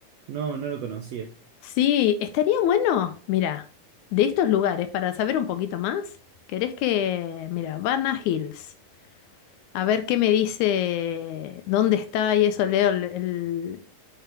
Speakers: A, on the right; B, on the left.
A: No, no lo conocía.
B: Sí, estaría bueno, mira, de estos lugares para saber un poquito más. ¿Querés que, mira, Bana Hills? A ver qué me dice dónde está y eso leo el, el-